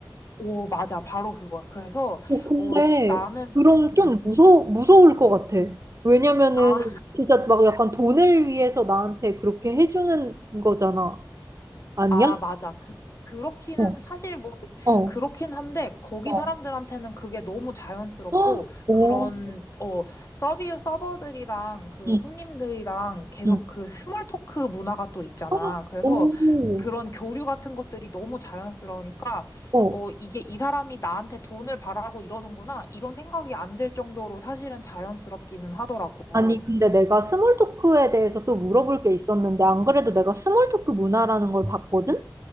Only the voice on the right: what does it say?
어, 근데
그럼
좀
무서 무서울 것 같아. 왜냐면은
진짜 막 약간 돈을 위해서 나한테 그렇게 해주는 거잖아. 아니야?
어,
어,
어,
헉, 오,
응,
응,
헉,
오,
어.
아니 근데 내가 스몰 토크에 대해서 또 물어볼 게 있었는데 안 그래도 내가 스몰 토크 문화라는 걸 봤거든?